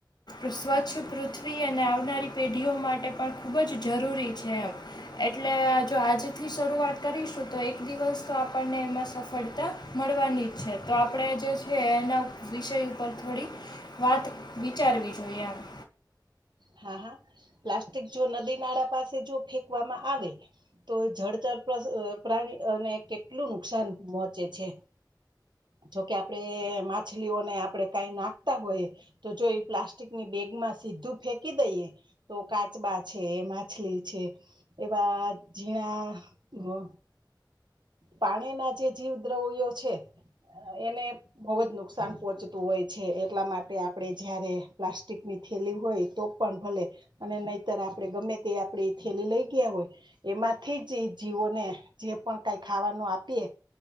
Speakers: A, on the left (about 70°); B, on the right (about 85°).
A: સ્વચ્છ પૃથ્વી અને આવનારી પેઢીઓ માટે પણ ખૂબ જ જરૂરી છે, એમ એટલે જો આજથી શરૂઆત કરીશું, તો એક દિવસતો આપણને એમાં સફળતા મળવાની જ છે, તો આપણેજે છે, એના વિષય ઉપર થોડી. વાત વિચારવી જોઈએ એમ
B: હા, હા પ્લાસ્ટિકજો નદી નાળા પાસેજો ફેંકવામાં આવે. તો જળતર પ્રાણી અને કેટલું નુકસાન પહોંચે છે, જોકે આપડે માછલીઓને આપડે કંઈ નાખતા હોય, તોજો એ પ્લાસ્ટિકની બેગ માં સીધું ફેંક કી દઈએ તો કાચબા છે, માછલી છે. એવા જીણા હો. પાણીના જે જીવ દ્રવ્યો છે, એને બહુ જ નુકસાન પહોંચતું હોય છે, એટલા માટે આપડે જયારે પ્લાસ્ટિકની થેલી હોય. તો પણ ભલે અને નહીંતર આપણે ગમે તે આપે થેલી લઈ ગયા હોય. એમાંથી જ જીવોને જે પણ કંઈ ખાવાનું આપીએ.